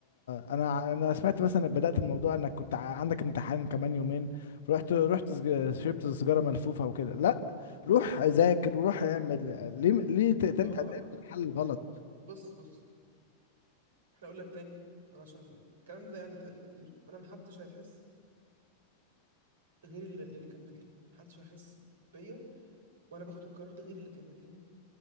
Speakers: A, on the left; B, on the right.
A: آه، انا انا سمعت مثلا انك بدات الموضوع انك كنت ع- عندك امتحان كمان يومين رحت رحت سج- شربت سيجاره ملفوفه وكده لا روح ذاكر وروح اعمل ليه ليه ت- تلجأ
B: ما هو
A: دايما للحل الغلط
B: بص بص احنا اقول لك تاني انا عشان الكلام ده يعني اتقال لي كتير انا محدش هيحس غير اللي, اللي كان مكاني محدش هيحس بيا وانا باخد القرار ده غير اللي كان مكاني